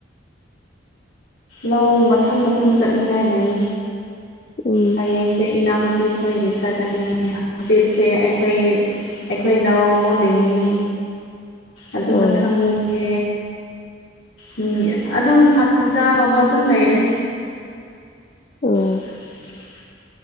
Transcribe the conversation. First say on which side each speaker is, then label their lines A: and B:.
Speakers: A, on the left; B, on the left.
A: ꯂꯧ ꯃꯊꯪ ꯃꯊꯪ ꯆꯠꯅꯤꯡꯉꯥꯏ ꯂꯩꯌꯦ
B: ꯎꯝ
A: ꯍꯌꯦꯡꯁꯦ ꯏꯅꯥꯎꯅꯨꯞ __ ꯄꯤ ꯈꯣꯏꯒꯤ ꯆꯠꯀꯅꯤ ꯍꯪꯆꯤꯠꯁꯦ ꯑꯩꯈꯣꯏ ꯄꯤꯛ__ ꯑꯩꯈꯣꯏ ꯂꯧ ꯑꯃꯨꯛ ꯂꯤꯡꯉꯤ ꯑꯗꯨ
B: ꯑꯣ
A: ꯃꯊꯪꯗꯗꯤ ꯎꯝ ꯑꯗꯨꯝ <unintelligible> ꯍꯣꯕ ꯑꯗꯨꯝ ꯂꯩꯩꯔꯦ
B: ꯑꯣ
A: <unintelligible>